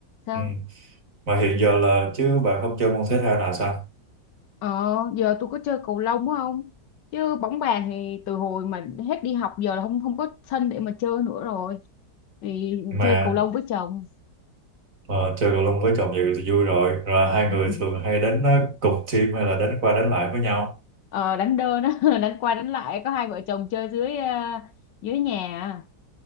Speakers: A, on the left; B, on the right.
A: Sao?
B: ừ, mà hiện giờ là chứ bạn không chơi môn thể thao nào sao
A: Ờ, giờ tôi có chơi cầu lông á không? Chứ bóng bàn thì từ hồi mà hết đi học giờ là không không có sân để mà chơi nữa rồi. Thì
B: mà
A: chơi cầu lông với chồng.
B: ờ, chơi cầu lông với chồng vậy thì vui rồi rồi hai
A: <laughs>
B: người thường hay đánh ờ, cùng team hay là đánh qua đánh lại với nhau
A: ờ, đánh đơn á <laughs> đánh qua đánh lại có hai vợ chồng chơi dưới ờ, dưới nhà à.